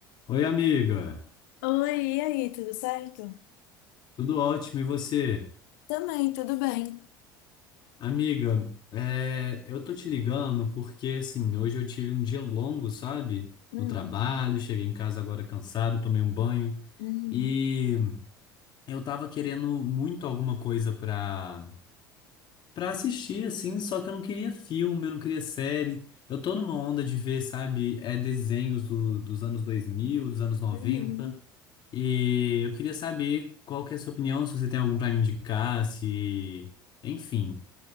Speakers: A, on the left; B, on the left.
A: Oi, amiga.
B: Oi, e aí, tudo certo?
A: Tudo ótimo, e você?
B: Também, tudo bem.
A: Amiga, é, eu tô te ligando porque, assim, hoje eu tive um dia longo, sabe?
B: Hum,
A: No trabalho, cheguei em casa agora cansado, tomei um banho
B: uhum,
A: e eu tava querendo muito alguma coisa pra, pra assistir, assim, só que eu não queria filme, eu não queria série. Eu tô numa onda de ver, sabe, é, desenhos do- dos anos 2000, dos anos noventa.
B: uhum.
A: E eu queria saber qual que é a sua opinião, se você tem algum pra me indicar, se... Enfim,